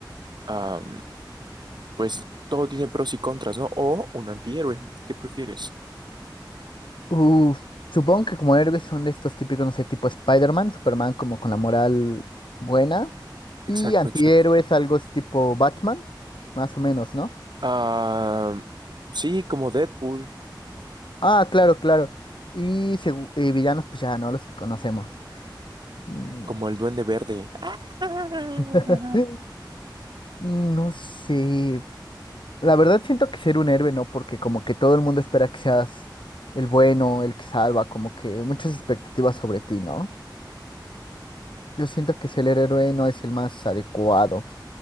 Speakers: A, on the right; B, on the left.
A: am, pues, todo tiene pros y contras, ¿no? O un antihéroe, ¿qué prefieres?
B: Uf, supongo que como héroes son de estos típicos, no sé, tipo Spider-Man, Superman como con la moral buena. Y
A: Exacto,
B: antihéroes,
A: exacto.
B: algo es tipo Batman, más o menos, ¿no?
A: Ah, sí, como Deadpool,
B: Ah, claro, claro. Y, segu- y villanos, pues ya, ¿no? Los que conocemos. Mm,
A: como el Duende Verde. <laughs>
B: <laughs> No sé. La verdad siento que ser un héroe, ¿no? Porque como que todo el mundo espera que seas el bueno, el que salva, como que muchas expectativas sobre ti, ¿no? Yo siento que ser el héroe no es el más adecuado.